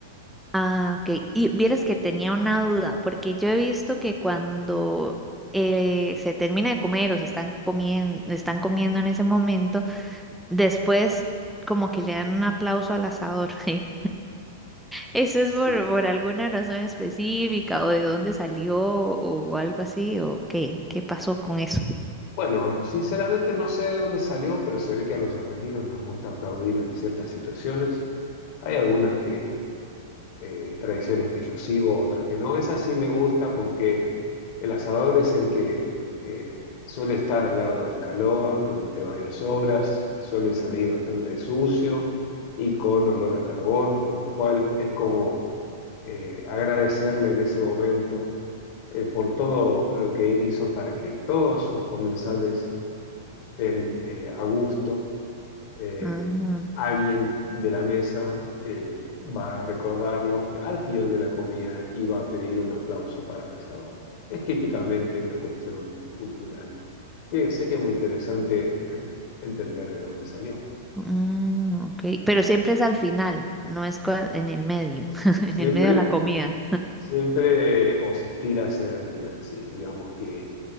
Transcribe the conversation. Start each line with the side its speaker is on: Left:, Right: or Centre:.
Centre: Ah, ok. Y vieras que tenía una duda, porque yo he visto que cuando eh, se termina de comer o se están comiendo, están comiendo en ese momento, después como que le dan un aplauso al asador, <laughs> ¿sí? ¿Eso es
Left: Sí.
Centre: por, por alguna razón específica o de dónde salió o algo así o qué, qué pasó con eso?
Left: Bueno, sinceramente no sé de dónde salió, pero se ve que a los argentinos nos gusta aplaudir en ciertas situaciones. Hay algunas que, eh, tradiciones que yo sigo, otras que no. Esa sí me gusta porque el asador es el que eh, suele estar al lado del calor durante varias horas, suele salir bastante sucio y con olor a carbón, con lo cual es como eh, agradecerle en ese momento eh, por todo lo que él hizo para que todos los comensales estén eh, a gusto. Eh,
Centre: Ah,
Left: alguien de la mesa eh, va a recordarlo al final de la comida y va a pedir un aplauso para el asador. Es típicamente una cuestión cultural que sería muy interesante eh, entender de dónde salió.
Centre: mm, ok. Pero siempre es al final, no es cua- en el medio, <laughs> en
Left: Siempre,
Centre: el medio de la comida.
Left: siempre os estira a hacer al final, sí. Digamos que